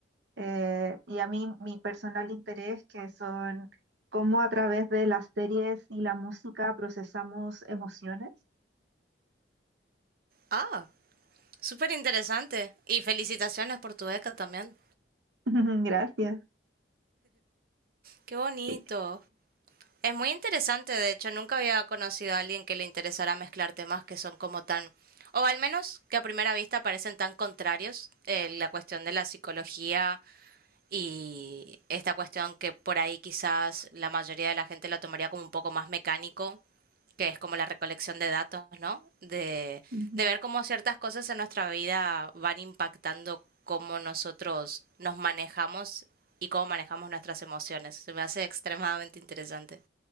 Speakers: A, on the right; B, on the right.
A: eh, y a mí mi personal interés, que son cómo a través de las series y la música procesamos emociones.
B: ah, súper interesante. Y felicitaciones por tu beca también.
A: <laughs> Gracias.
B: Qué bonito.
A: Y-
B: Es muy interesante, de hecho, nunca había conocido a alguien que le interesara mezclar temas que son como tan, o al menos que a primera vista parecen tan contrarios, eh, la cuestión de la psicología y esta cuestión que por ahí quizás la mayoría de la gente lo tomaría como un poco más mecánico, que es como la recolección de datos, ¿no? De,
A: Ujú.
B: de ver cómo ciertas cosas en nuestra vida van impactando cómo nosotros nos manejamos y cómo manejamos nuestras emociones. Se me hace extremadamente interesante.